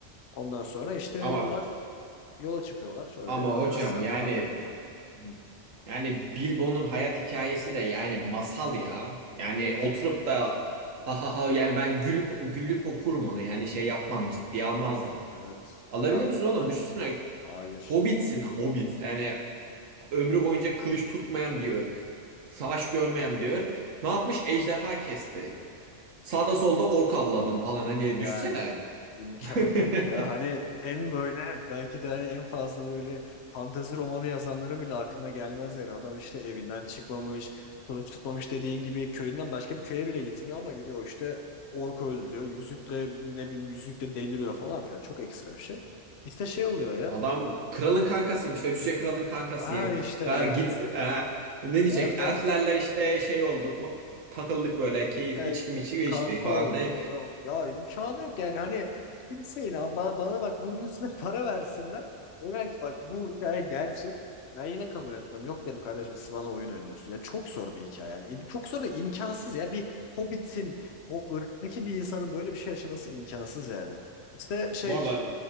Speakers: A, on the left (about 60°); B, on the right (about 90°).
A: Ondan sonra işte
B: Ama
A: bunlar yola çıkıyorlar öyle.
B: ama
A: Hatta
B: hocam
A: sen
B: yani
A: falan da görüyorum.
B: Hmm.
A: Hı,
B: Yani Bilbo'nun hayat hikayesi de yani masal ya. Yani oturup da ha ha ha yani ben gülüp gülüp okurum onu. Yani şey yapmam ciddiye almazdım.
A: Evet
B: Alabilir
A: ya
B: misin
A: o kadar.
B: oğlum? Düşünsene
A: Hayır.
B: Hobbit'sin Hobbit. Yani ömrü boyunca kılıç tutmayan bir ırk. Savaş görmeyen bir ırk.
A: Evet.
B: Ne yapmış? Ejderha kesti. Sağda solda ork avladım falan. Hani
A: Yani
B: düşünsene.
A: imkanı
B: <laughs>
A: yok ya. Hani en böyle belki de hani en fazla böyle fantezi romanı yazanların bile aklına gelmez yani. Adam işte evinden çıkmamış, kılıç tutmamış dediğin gibi köyünden başka bir köye bile gitmiyor ama gidiyor işte ork öldü diyor. Yüzükle ne bileyim yüzükle deliriyor falan filan. Çok ekstra bir şey. İşte şey oluyor ya.
B: Adam kralın kankasıyım işte cüce kralın kankasıyım.
A: Ha işte
B: Ha
A: yani.
B: git ha, ne
A: Nereden
B: diyecek? Elflerle işte şey olduk ma- takıldık böyle keyif
A: e,
B: içki miçki içtik
A: kanka
B: falan.
A: olduk.
B: Hani
A: O- Ya imkanı yok yani hani kimseyin ama bana, bana bak bunun üstüne <laughs> para versinler. Evet bak bu hikaye gerçek. Ben yine kabul etmem. Yok derim kardeşim siz bana oyun oynuyorsun. Ya çok zor bir hikaye yani. E, Çok zor da imkansız ya. Bir Hobbit'in o ırktaki bir insanın böyle bir şey yaşaması imkansız yani. İşte şey.
B: bu arada